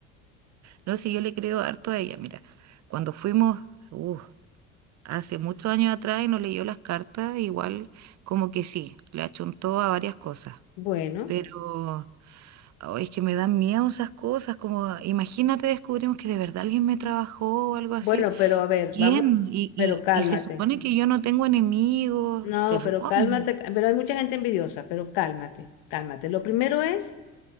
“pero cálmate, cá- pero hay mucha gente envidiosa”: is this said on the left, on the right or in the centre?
Left